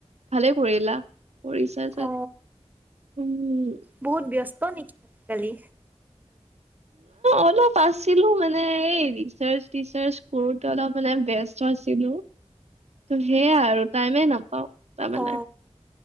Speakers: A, on the right (about 75°); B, on the right (about 15°).
A: ভালে কৰিলা কৰিছা যে
B: অ
A: উম,
B: বহুত ব্যস্ত নেকি আজিকালি?
A: অলপ আছিলোঁ মানে, এই ৰিচাৰ্চ-টিচাৰ্চ কৰোঁতেই অলপ মানে ব্য ছিলো ত সেইয়া আৰু টাইমে নাপাও তাৰমানে
B: অ